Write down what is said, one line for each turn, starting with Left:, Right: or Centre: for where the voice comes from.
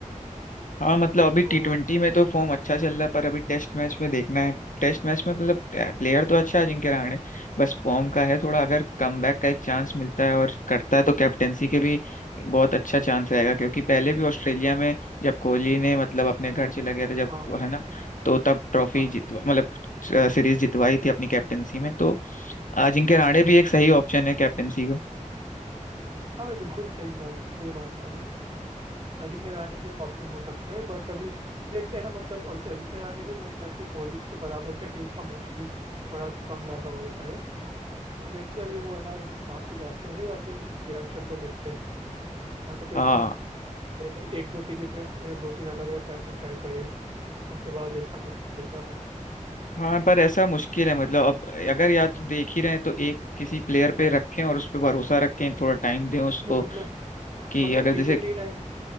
Left: हाँ मतलब अभी
Right: तो
Left: टी ट्वेंटी में तो फॉर्म अच्छा चल रहा है पर अभी टेस्ट मैच में देखना है टेस्ट मैच में मतलब प्लेयर तो अच्छा है अजिंक्य रहाणे बस फॉर्म का है थोड़ा अगर कमबैक का एक चांस मिलता है और करता है तो कैप्टेंसी के भी बहुत अच्छा चांस रहेगा क्योंकि पहले भी ऑस्ट्रेलिया में जब कोहली ने मतलब अपने घर चला गया था जब
Right: हाँ
Left: है ना तो तब ट्रॉफी
Right: हाँ
Left: जितवा मतलब सीरीज जितवाई थी अपनी कैप्टेंसी में तो अजिंक्य रहाणे भी एक सही ऑप्शन है कैप्टेंसी का
Right: हाँ मैं बिल्कुल सही बात सही मानता हूँ मैं अजिंक्य रहाणे भी एक ऑप्शन हो सकते हैं बट अभी देखते हैं ना मतलब अभी अजिंक्य रहाणे भी मेरे ख्याल से कोहली के बराबर का एज का मोस्टली थोड़ा कम ज़्यादा होगा शायद तो देखते हैं अभी वो है ना वहाँ पे जाते हैं या फिर यंगस्टर को देखते हैं या तो फिर
Left: हाँ
Right: है ना पहले एक दो सीरीज में दो तीन अलग अलग कैप्टन ट्राई करे उसके बाद एक पे फिक्स करे क्या पता
Left: हाँ पर ऐसा मुश्किल है मतलब अब अगर या तो देख ही रहे हैं तो एक किसी प्लेयर पे रखें और उस पे भरोसा रखें थोड़ा टाइम दें उसको
Right: नहीं मतलब
Left: कि
Right: मतलब
Left: अगर
Right: टी
Left: जैसे
Right: ट्वेंटी के टाइम